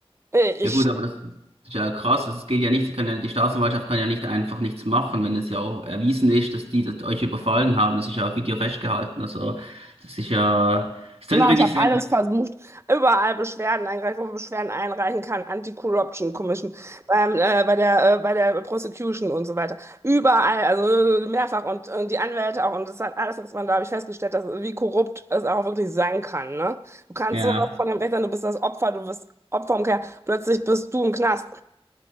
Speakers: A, on the right (about 25°); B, on the right (about 75°).
A: Äh, Ich
B: Ja gut, aber das ist ja krass. Das geht ja nicht, die kann ja, die Staatsanwaltschaft kann ja nicht einfach nichts machen, wenn es ja auch erwiesen ist, dass die das euch überfallen haben. Das ist ja auf Video festgehalten. Also das ist ja, es klingt
A: Genau,
B: wirklich
A: ich habe
B: sehr,
A: alles versucht, überall Beschwerden eingereicht, wo man Beschwerden einreichen kann, Anti-Corruption Commission, beim, äh, bei der, äh, bei der Prosecution und so weiter. Überall, also äh, mehrfach und, und die Anwälte auch. Und das hat alles nichts, man da habe ich festgestellt, dass, wie korrupt es auch wirklich sein kann. Ne? Du kannst
B: ja.
A: sowas von dem Recht sein, du bist das Opfer, du bist Opfer umkehr, plötzlich bist du im Knast.